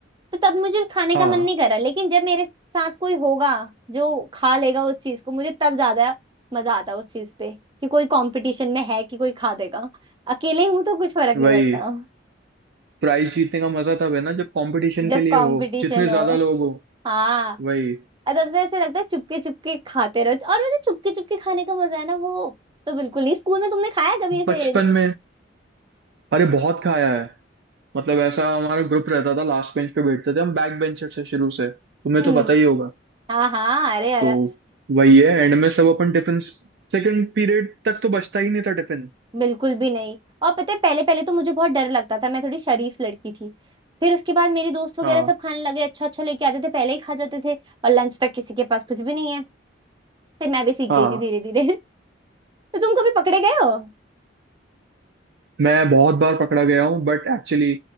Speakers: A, on the right; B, on the right.
A: तो तब मुझे खाने
B: हाँ
A: का मन नहीं करा लेकिन जब मेरे साथ कोई होगा जो खा लेगा उस चीज को मुझे तब ज्यादा मजा आता है उस चीज पे कि कोई कंपटीशन में है कि कोई खा देगा अकेले हूं तो कुछ फर्क नहीं
B: वही
A: पड़ता
B: प्राइज जीतने का मजा तब है ना जब कंपटीशन
A: जब
B: के लिए
A: कंपटीशन
B: हो जितने ज्यादा
A: हो
B: लोग हो
A: हाँ
B: वही
A: और तब तो ऐसे लगता है चुपके चुपके खाते रहो और वो जो चुपके चुपके खाने का मजा है ना वो तो बिल्कुल नहीं स्कूल में तुमने खाया है कभी ऐसे
B: बचपन में अरे बहुत खाया है मतलब ऐसा हमारा ग्रुप रहता था लास्ट बेंच पे बैठते थे हम बैक बेंचर से शुरू से तुम्हें
A: हम्म
B: तो पता ही होगा
A: हाँ हाँ अरे अरे
B: तो वही है एंड में सब अपन टिफिन सेकंड पीरियड तक तो बचता ही नहीं था टिफिन
A: बिल्कुल भी नहीं और पता है पहले पहले तो मुझे बहुत डर लगता था मैं थोड़ी शरीफ लड़की थी फिर उसके बाद मेरे दोस्त वगैरह
B: हाँ
A: सब खाने लगे अच्छा अच्छा लेके आते थे पहले ही खा जाते थे और लंच तक किसी के पास कुछ भी नहीं है फिर मैं भी सीख
B: हाँ
A: गई थी धीरे धीरे <laughs> तो तुम कभी पकड़े गए हो
B: मैं बहुत बार पकड़ा गया हूँ बट एक्चुअली